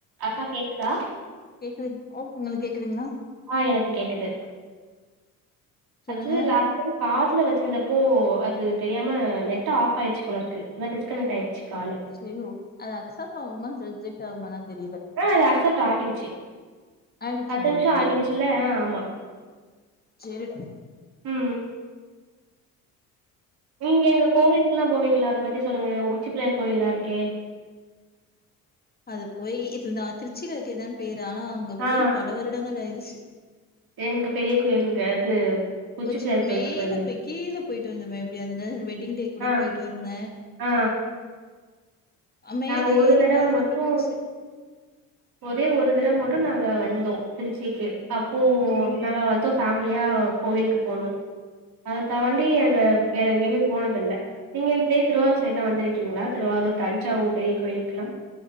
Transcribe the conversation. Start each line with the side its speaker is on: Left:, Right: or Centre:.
Right: அக்கா கேக்குதா
Left: கேக்குதுங் ஓ உங்களுக் கேக்குதுங்களா
Right: ஆ எனக்கு கேக்குது
Left: சொல்லுங்க
Right: அச்சு லா காதுல வச்சிருந்தப்போ அது தெரியாம நெட்டு ஆஃப் ஆயிடுச்சு போல இருக்கு <unintelligible> டிஸ்கனெக்ட் ஆயி ச்சு காலு
Left: சே ஒ அது அக்சப்ட் ஆகுமா ரிஜக்ட் ஆகுமா தா தெரில
Right: ஆ அது அக்சப்ட் ஆட்டிவிச்சு
Left: ஆயிடுச்சு
Right: பத்து
Left: உங்களுக்கு
Right: நிமிஷஷோ ஆகிடுச்சுல்ல அ ஆமா
Left: சேரிடா <inaudible>
Right: ம் நீங்க இங்க கோவிலுக்குல்லா போவீங்களா அத பத்தி சொல்லுங்க உச்சிப்பிள்ளையார் கோவில்லா இருக்கே
Left: அது போய் இது நா திருச்சில இருக்கதா பேரு ஆனா அங்க
Right: ஆ
Left: போய் பல வருடங்கள் ஆயிடுச்சு
Right: எங்க பெரிய கோயிலுக்கு அது
Left: உச்சி
Right: பிள்ளையார் கோயிலுக்கு
Left: மேல
Right: போயிருந்தோ
Left: போய் கீழே போயிட்டு வந்தமே எப்டியா இந்த வெட்டிங் டே கூட
Right: ஆ
Left: போயிட்டு வந்த
Right: ஆ
Left: அ, மேல
Right: நாங்க ஒரு
Left: ஏறி
Right: தடவ
Left: பல
Right: மட்டு
Left: வருடமாச்சு
Right: ஒரே ஒரு தடவ மட்டு நாங்க வந்தோ திருச்சிக்கு அப்போ
Left: ம்
Right: நாங்க வந்தோ ஃபேமிலியா கோவிலுக்கு போனோ அத தவாண்டி அங்க வேற எங்கியுமே போனதுல்ல நீங்க இந்த சைட் திருவாரூ சைடு்லா வந்துருக்கீங்களா திருவாரூர் தஞ்சாவூர் பெரிய கோயிலுக்கெல்லா